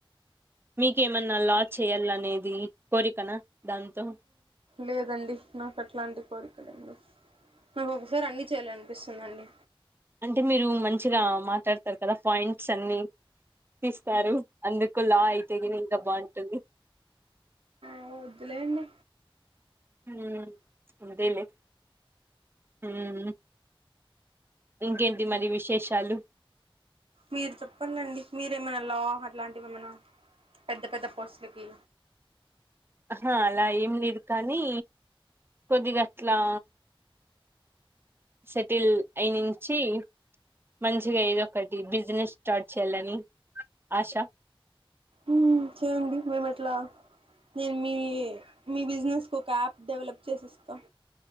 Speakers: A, on the right; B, on the right.
A: మీకేమన్నా లా చేయాలనేది కోరికనా దాంతో
B: లేదండి నాకు అట్లాంటి కోరికలేం లేవ్ నాకు ఒకసారి అన్నీ చేయ్యాల అనిపిస్తుందండి
A: అంటే మీరు మంచిగా మాట్లాడతారు కదా పాయింట్స్ అన్ని తీస్తారు అందుకు లా అయితే గినా ఇంకా బాగుంటుంది
B: ఓ వద్దులేండి
A: ఉమ్ అదేలే ఉమ్ ఇంకేంటి మరి విశేషాలు
B: మీరు చెప్పండండి మీరేమైనా లా అట్లాంటివి ఏమన్నా పెద్ద పెద్ద పోస్ లకి
A: ఆహా అలా ఏం లేదు కానీ కొద్దిగా అట్లా సెటిల్ అయినించి మంచిగా ఏదో ఒకటి బిజినెస్ స్టార్ట్ చేయాలని ఆశ
B: ఉమ్ చేయండి మేము ఎట్లా మేము మీ మీ బిజినెస్ కొక యాప్ డెవలప్ చేసిస్తాం